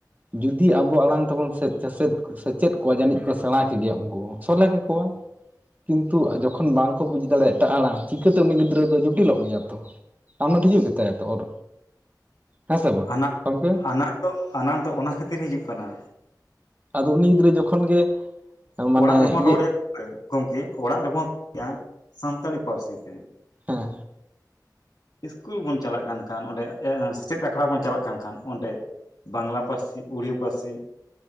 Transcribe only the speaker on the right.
ᱡᱩᱫᱤ ᱟᱵᱚ ᱟᱲᱟᱝ ᱛᱮᱟᱵᱚᱱ ᱥᱮᱪᱮᱫᱼᱥᱮᱪᱮᱫ ᱠᱚᱣᱟ ᱡᱟᱹᱱᱤᱡ ᱠᱚ ᱥᱮᱬᱟ <unintelligible> ᱩᱱᱠᱩ ᱦᱚᱸ ᱥᱚᱞᱦᱮ ᱠᱮᱠᱚᱣᱟ ᱠᱤᱱᱛᱩ ᱡᱚᱠᱷᱚᱱ ᱵᱟᱝᱠᱚ ᱵᱩᱡᱽ ᱫᱟᱲᱮᱭᱟᱜ ᱮᱴᱟᱜ ᱟᱲᱟᱝ ᱪᱤᱠᱟᱹᱛᱮ ᱩᱱᱤ ᱜᱤᱫᱽᱨᱟᱹ ᱫᱚ ᱡᱚᱴᱤᱞᱚᱜ ᱜᱮᱭᱟ ᱛᱚ <unintelligible> ᱦᱤᱡᱩᱜ ᱜᱮᱛᱟᱭᱟᱛᱚ ᱚᱨ ᱦᱮᱸ ᱥᱮ ᱵᱟᱝ
ᱜᱚᱢᱠᱮ
ᱟᱫᱚ ᱩᱱᱤ ᱜᱤᱫᱽᱨᱟᱹ ᱡᱚᱠᱷᱚᱱ ᱜᱮ ᱢᱟᱱᱮ
ᱤᱭᱟ.
ᱜ
ᱦᱮᱸ